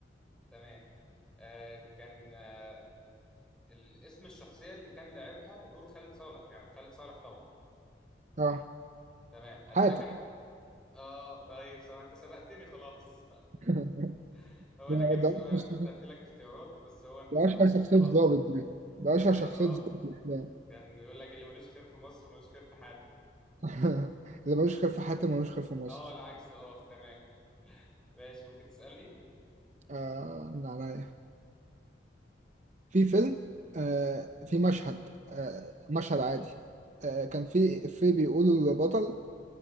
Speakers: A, in the centre; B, on the right.
A: تمام آه، كان آه، ال- اسم الشخصية اللي كان لعبها دور خالد صالح يعرف خالد صالح طبعا
B: اه
A: تمام أدي
B: حاتم
A: لك أنا آه طيب سواء أنت سبقتني خلاص
B: <laughs>
A: <laughs> هو
B: ده
A: ده كان السؤال
B: ده أشهر
A: أنا
B: شخصية-
A: كنت أدي لك اختيارات بس هو أنت
B: ده
A: سبقتني
B: أشهر شخصية
A: خلاص
B: ضابط دي ده أشهر
A: أيوه
B: شخصية
A: آه
B: ضابط في الأفلام
A: كان بيقول لك اللي ملوش خير في مصر ملوش خير في حاتم
B: <laughs> اللي ملوش خير في حاتم ملوش خير في مصر
A: اه العكس اه تمام ماشي ممكن تسألني
B: آه من عليا في فيلم آه في مشهد آه مشهد عادي آه كان في إفيه بيقوله للبطل